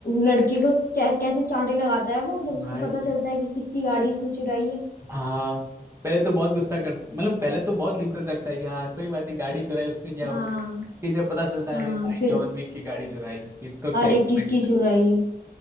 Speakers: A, on the left; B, on the right.
A: लड़के को कै, कैसे चांटे लगाता है वो जब उसको
B: भाई
A: पता चलता है कि किसकी गाड़ी इसने चुराई है
B: हाँ पहले तो बहुत गुस्सा करता मतलब पहले तो बहुत लिबरल रखता है कि हाँ कोई बात नहीं गाड़ी चुराई उसमें क्या
A: हाँ
B: हुआ फिर जब पता चलता
A: हाँ
B: है अरे भाई
A: फिर
B: जॉन विक की गाड़ी चुराई फिर तो क्या
A: अरे किसकी
B: <laughs> है।
A: चुराई